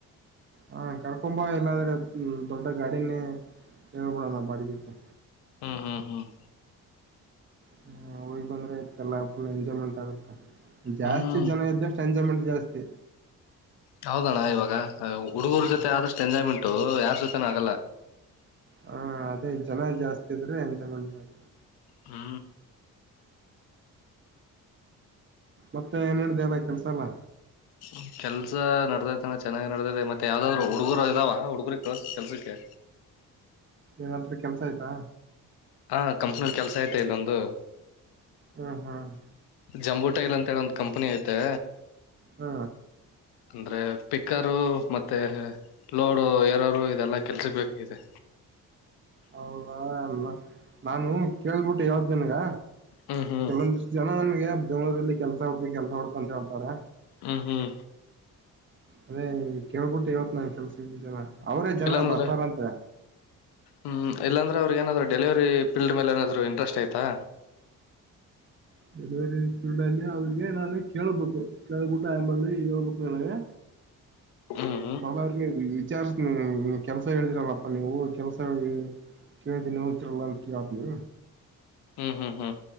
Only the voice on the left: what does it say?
ಹ್ಮ್ ಹ್ಮ್ ಹ್ಮ್
ಹ್ಮ್
ಹೌದಣ್ಣ ಇವಾಗ
ಹುಡುಗೂರ್ ಜೊತೆ ಆದಷ್ಟು ಎಂಜಾಯ್ಮೆಂಟು ಯಾರ್ ಜೊತೆನೂ ಆಗಲ್ಲ.
ಹಾ
ಹಾ ಕೆಲ್ಸ ನಡದೖತಣ ಚೆನ್ನಾಗಿ ನಡ್ದದೆ ಮತ್ತೆ ಯಾವ್ದಾದ್ರು ಹುಡುಗರು ಇದಾವ ಹುಡುಗರಿಗೆ ಕಳ್ಸ್ ಕೆಲ್ಸಕ್ಕೆ.
ಹಾ ಕಂಪ್ನಿಲ್ ಕೆಲ್ಸ ಐತೆ ಇಲ್ಲೊಂದು.
ಜಂಬೂಟೈಲ್ ಅಂತ ಹೇಳ ಇಲ್ಲೊಂದ್ ಕಂಪನಿ ಐತೆ.
ಅಂದ್ರೆ ಪಿಕ್ಕರು ಮತ್ತೆ ಲೋಡು ಏರರು ಇದೆಲ್ಲ ಕೆಲ್ಸ ಬೇಕಿದೆ.
ಹ್ಮ್ ಹ್ಮ್
ಹ್ಮ್ ಹ್ಮ್
ಇಲ್ಲಾಂದ್ರೆ.
ಹ್ಮ್ ಇಲ್ಲಾಂದ್ರೇ ಅವ್ರಿಗ್ ಏನಾದ್ರು ಡೆಲಿವರಿ ಫೀಲ್ಡ್ ಮೇಲೆ ಏನಾದರೂ ಇಂಟ್ರೆಸ್ಟ್ ಐತಾ.
ಹ್ಮ್ ಹ್ಮ್
ಹ್ಮ್ ಹ್ಮ ಹ್ಮ್